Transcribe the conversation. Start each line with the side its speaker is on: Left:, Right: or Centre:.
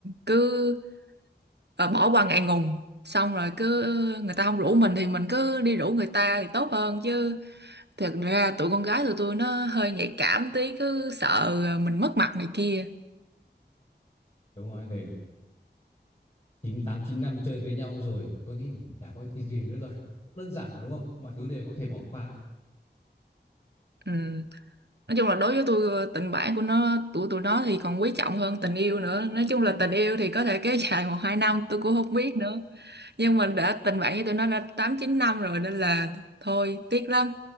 Right: cứ ờ, bỏ qua ngại ngùng xong rồi cứ người ta không rủ mình thì mình cứ đi rủ người ta thì tốt hơn chứ Thật ra tụi con gái tụi tôi nó hơi nhạy cảm tí cứ sợ ờ, mình mất mặt này kia.
Left: đúng rồi thì chín tám chín năm chơi với nhau rồi, tôi nghĩ chả có cái gì nữa rồi. Đơn giản mà đúng không? Mọi thứ đều có thể bỏ qua.
Right: Ừ. Nói chung là đối với tôi ờ, tình bạn của nó tụi tụi nó thì còn quý trọng hơn tình yêu nữa. Nói chung là tình yêu thì có thể kéo dài một hai năm tôi cũng không biết nữa. Nhưng mình đã tình bạn với tụi nó đã 8 9 năm rồi nên là thôi tiếc lắm.